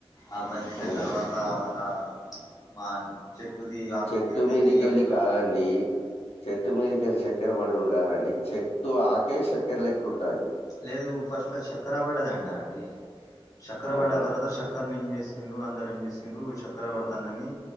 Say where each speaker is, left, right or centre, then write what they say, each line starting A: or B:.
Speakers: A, on the left; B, on the left.
A: ఆ బంద్ అయిన
B: హ్మ్.
A: తర్వాత మల్ల బా చెట్టుది ఆకు
B: చెట్టు
A: తింటే
B: మీదికెళ్ళి
A: తియ్యగుంటుండే
B: కాదండి.
A: అంట
B: చెట్టు మీదకెళ్ళి చక్కెర బడూడు కాదండి చెట్టు ఆకే చక్కెర లెక్కు ఉంటాయి
A: లేదు ఫస్ట్ లో చక్కెర పడ్డద అంటా అండి చక్కర
B: అవునా?
A: పడ్డ తర్వాత చ చక్కర్ని ఏం చేసిండ్రు అందరేం చేసిండ్రు చక్కర పడుతందని